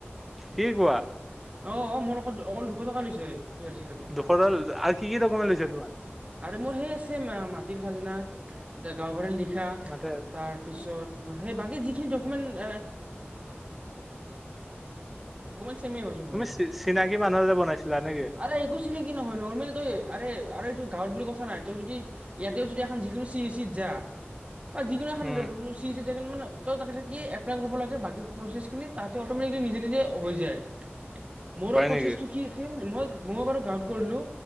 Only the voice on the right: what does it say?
অঁ, মোৰ অক অকল দুশ টকা লৈছে। পি আৰ চিৰ কাৰণে
আৰু মোৰ সেই আছে মাটিৰ খাজনা, গাঁওবুঢ়া লিখ খা,
তাৰ পিছত সেই বাকী যিখিনি ডকুমেট এ <unintelligible> ছেমে হয় চবৰে।
আৰে একো চিনাকি নহয়, নৰ্মেল তই আৰে আৰে এই বুলি কথা নাই তই যদি ইয়াতেও যদি এহখন যিকোনো চি এ চিত যা বা যিকোনো এখান
চি এ চিত <unintelligible> এপ্লাই কৰবা লাগে বাকী প্ৰছেচ খিনি তাঁহাতে অ'টোমেটিকেলি নিজে নিজে হৈ যায়। মোৰো
প্ৰচেছটো
কি আছিল মই-মই বাৰু গাঁৱ কৰিলো।